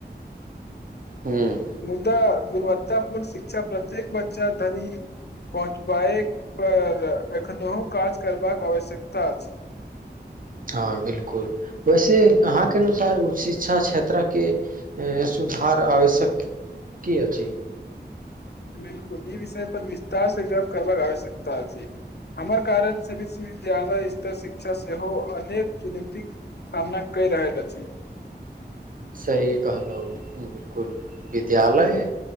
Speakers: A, on the right (about 50°); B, on the left (about 65°).
A: हूँ
B: मुदा गुणव तब पूर्ण शिक्षा प्रत्येक बच्चा धरि पहुँचबाए पर एखनोहु काज करबाक। आवश्यकता अछि।
A: हँ बिलकुल वैसे अहाँके अनुसार उच्च शिक्षा क्षेत्र के सुधार आवश्यक की अछि।
B: बिल्कुल ई विषय पर विस्तार से गप करबाक आवश्यकता अछि, हमर कारण से विश्वविद्यालय स्तर शिक्षा सेहो अनेक चुनौतिक सामना कए रहल अछि।
A: सही कहलौ बिल्कुल विद्यालय